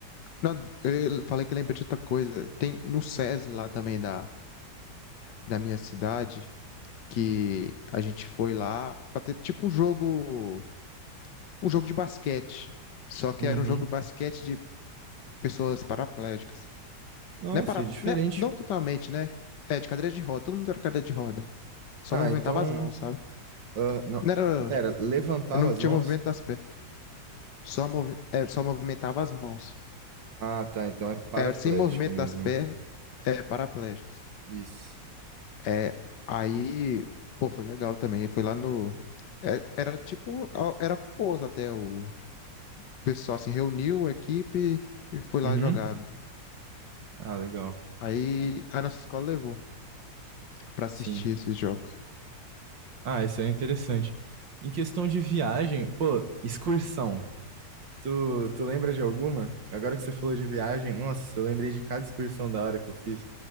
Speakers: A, on the left; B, on the right.
A: não, eu falei que lembrei de outra coisa. Tem no SESI lá também da, da minha cidade, que a gente foi lá pra ter tipo um jogo, um jogo de basquete. Só que
B: Uhum.
A: era um jogo de basquete de pessoas paraplégicas.
B: Nossa,
A: Não é para,
B: é diferente.
A: né, não totalmente, né? É, de cadeira de roda, todo mundo era cadeira de roda. Só
B: Ah,
A: movimentava
B: então.
A: as mãos, sabe?
B: ah, não.
A: Não era,
B: Pera, levantava
A: não
B: as
A: tinha
B: mãos?
A: movimento das pernas. Só, movi é, só movimentava as mãos.
B: Ah, tá. Então é paraplégica
A: É, sem movimento
B: mesmo.
A: das pernas, é paraplégico.
B: Isso.
A: É, aí, pô, foi legal também. Foi lá no. é, era tipo. a- Era famoso até o pessoal, assim, reuniu a equipe e foi lá
B: Uhum.
A: jogar.
B: Ah, legal.
A: Aí a nossa escola levou pra assistir
B: Sim.
A: esses jogos.
B: Ah, isso é interessante. Em questão de viagem, pô, excursão. Tu, tu lembra de alguma? Agora que você falou de viagem, nossa, eu lembrei de cada excursão da hora que eu fiz.